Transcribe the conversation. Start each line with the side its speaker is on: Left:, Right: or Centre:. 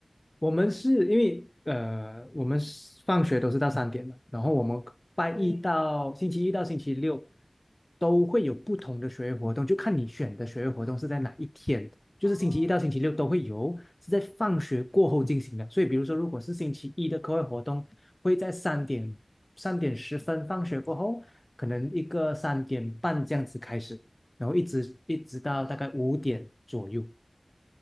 Left: 我们是因为呃，我们是放学都是到三点嘛，然后我们拜一到星期一到星期六
Right: 对，
Left: 都会有不同的学业活动，就看你选的学业活动是在哪一天，就是星期一到星期六都会有，
Right: 哦，
Left: 是在放学过后进行的。所以，比如说，如果是星期一的课外活动，会在三点三点十分放学过后，可能一个三点半这样子开始，然后一直一直到大概五点左右。
Right: 哇，